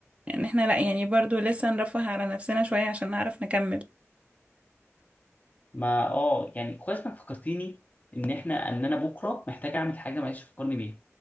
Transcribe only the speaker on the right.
يعني احنا لأ يعني برضو لسه نرفه على نفسنا شوية عشان نعرف نكمل